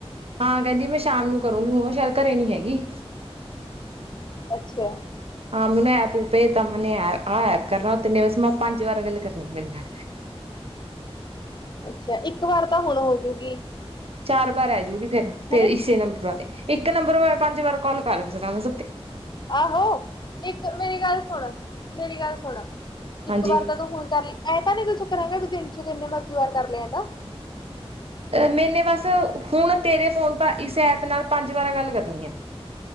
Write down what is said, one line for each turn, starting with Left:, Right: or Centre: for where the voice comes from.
Right: ਹਾਂ ਕਹਿੰਦੀ ਮੈਂ ਸ਼ਾਮ ਨੂੰ ਕਰੂੰਗੀ ਹੁਣ ਉਹ ਸ਼ਾਇਦ ਘਰੇ ਨੀ ਹੈਗੀ
Left: ਅੱਛਾ
Right: ਹਾਂ ਮੈਨੂੰ ਐਪ ਭੇਜਤਾ ਮੈਂਨ ਆਹ ਐਪ ਕਰਨਾ ਤਿੰਨੇ ਵ ਮੈਂ ਪੰਜ ਵਾਰ ਗੱਲ ਕਰਨੀ ਆ ਮੇਰੇ ਨਾਲ
Left: ਅੱਛਾ ਇੱਕ ਵਾਰ ਤਾਂ ਹੁਣ ਹੋਜੂਗੀ
Right: ਚਾਰ ਵਾਰ ਆਜੂਗੀ ਫੇਰ ਤੇ
Left: ਹਨੇ
Right: ਇਸੇ ਨੰਬਰ ਇੱਕ ਨੰਬਰ ਮੈਂ ਪੰਜ ਵਾਰ ਕੋਾਲ ਕਰ ਸਕਾਂ ਮੈਂ
Left: ਆਹੋ ਇੱਕ ਮੇਰੀ ਗੱਲ ਸੁਣ ਮੇਰੀ ਗੱਲ ਸੁਣ
Right: ਹਾਂਜੀ
Left: ਇੱਕ ਵਾਰ ਤਾਂ ਤੂੰ ਹੁਣ ਕਰ ਲਈ ਐਂ ਤਾਂ ਨੀ ਤੁਸੀਂ ਕਰਾਂਗੇ ਵੀ ਦਿਨ ਚ ਕਿੰਨੇ ਮਰਜ਼ੀ ਵਾਰ ਕਰ ਲਿਆ ਤਾਂ
Right: ਮੈਨੇ ਬਸ ਹੁਣ ਤੇਰੇ ਫੋਨ ਇਸ ਐਪ ਨਾਲ ਪੰਜ ਵਾਰ ਗੱਲ ਕਰਨੀ ਹੈ।